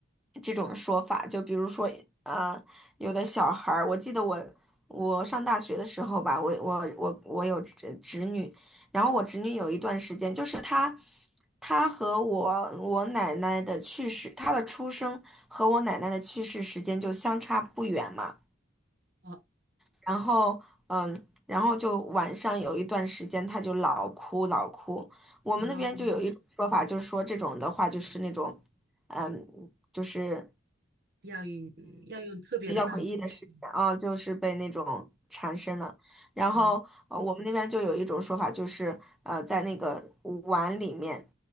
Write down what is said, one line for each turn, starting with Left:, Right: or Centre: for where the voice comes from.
Centre: 这种说法，就比如说，呃，有的小孩儿，我记得我我上大学的时候吧，我我我我有侄侄女，然后我侄女有一段时间，就是她她和我我奶奶的去世，她的出生和我奶奶的去世时间就相差不远嘛。
Right: 啊
Centre: 然后嗯，然后就晚上有一段时间他就老哭老哭。我们那边就有一种说法，
Right: 啊！
Centre: 就是说这种的话就是那种，嗯，就是
Right: 要用要用特别的办法去，
Centre: 比较诡异的事情啊，就是被那种缠身了。然后呃，
Right: 嗯，
Centre: 我们那边就有一种说法，就是呃，在那个碗里面